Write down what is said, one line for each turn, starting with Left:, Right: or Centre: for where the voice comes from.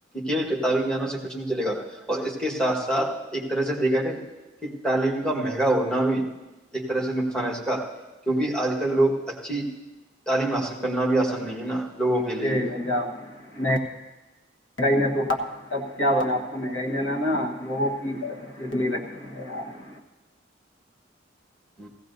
Centre: کہ کتابی گانوں سے کچھ نہیں چل گا اور اس کے ساتھ ساتھ ایک طرح سے دیکھا ن کہ تعلیم کا مہنگا ہونا بھی ایک طرح سے نقصان ہے اس کا کیونکہ اج کل لوگ اچھی تعلیم حاصل کرنا بھی آسند نہیں ہے نا لوگوں کے لیے
Left: س پنجاب میں <inaudible> مہگائی نہ تو تب کیا بنا آپ کو مہنگائی نہ لانا لوگوں کی چلی رکھی ہےپ <inaudible>
Centre: ہ